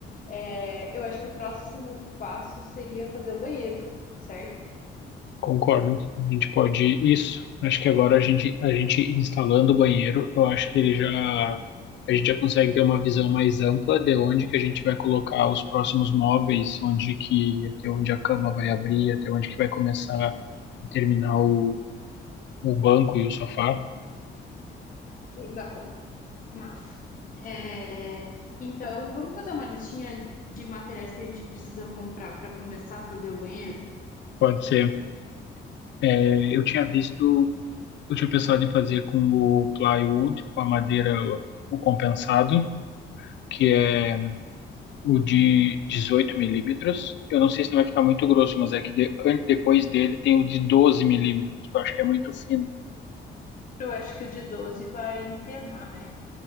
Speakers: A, on the left (about 40°); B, on the left (about 65°).
A: é, eu acho que o próximo passo seria fazer o banheiro, certo?
B: Concordo, a gente pode isso. Acho que agora a gente, a gente instalando o banheiro, eu acho que ele já a gente já consegue ter uma visão mais ampla de onde que a gente vai colocar os próximos móveis, onde que até onde a cama vai abrir, até onde que vai começar e terminar o, o banco e o sofá.
A: Legal, massa. É, então, vamos fazer uma listinha de materiais que a gente precisa comprar para começar a fazer o banheiro?
B: Pode ser. É, eu tinha visto, eu tinha pensado em fazer com o plywood, com a madeira o compensado, que é o de 18 milímetros. Eu não sei se não vai ficar muito grosso, mas é que de- an- depois dele tem o de 12 milímetros, que eu acho que é muito fino.
A: Eu acho que o de 12 vai empenar, né?